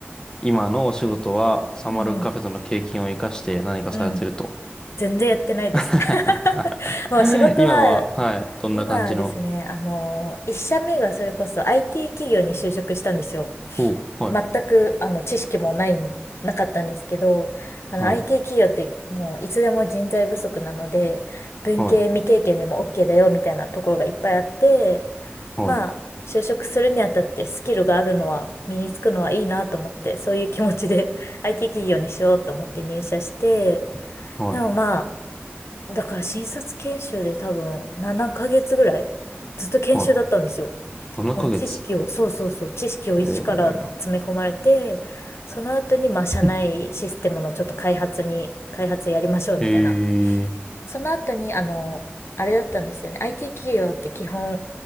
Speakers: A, on the left (about 15°); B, on the left (about 75°).
A: 今のお仕事は、サマルカフェとの経験を生かして何かされてると。
B: うんうん。うん。全然やってないです。
A: <laughs>
B: <laughs> もう仕事は、
A: 今は、はい、どんな感じの、
B: 今ですね、あの、一社目がそれこそ IT 企業に就職したんですよ。
A: お、はい、
B: 全く、あの、知識もない、なかったんですけど、あの、
A: はい、
B: IT 企業ってもういつでも人材不足なので、文系未経験でも
A: はい、
B: OK だよみたいなところがいっぱいあって、
A: はい、
B: まあ、就職するにあたってスキルがあるのは、身につくのはいいなと思って、そういう気持ちで <laughs> IT 企業にしようと思って入社して、
A: はい、
B: でもまあ、だから新卒研修で多分7ヶ月ぐらいずっと研修だったんですよ。
A: はい。7ヶ月。
B: もう知識を、そうそうそう、知識を一から詰め込まれて、
A: え
B: その後に、まあ、社内システムのちょっと開発に、
A: ー、
B: 開発やりましょうみたいな。
A: えー、
B: その後に、あの、あれだったんですよね。IT 企業って基本、